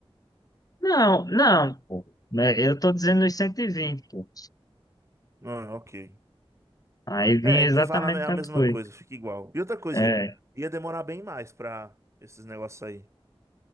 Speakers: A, on the left; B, on the right.
A: Não, não, pô. Né, Eu tô dizendo os 120, pô.
B: Ah, ok.
A: Aí vinha
B: É, equivale
A: exatamente
B: a me- a
A: quanto
B: mesma
A: foi.
B: coisa, fica igual. E outra coisa,
A: É,
B: ia demorar bem mais pra esses negócios aí.